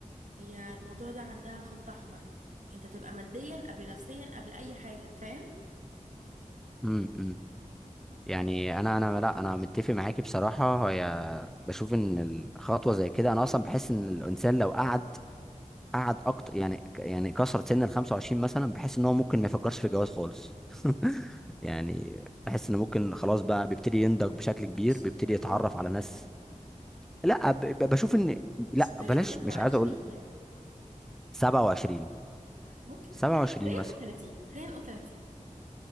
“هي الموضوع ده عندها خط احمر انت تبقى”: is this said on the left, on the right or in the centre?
Right